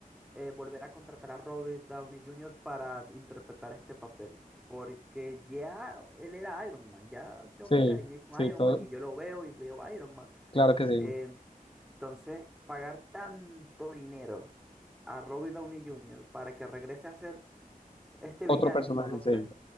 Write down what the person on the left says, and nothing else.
Sí,
sí,
todo,
claro que sí.
Otro
personaje,
sí.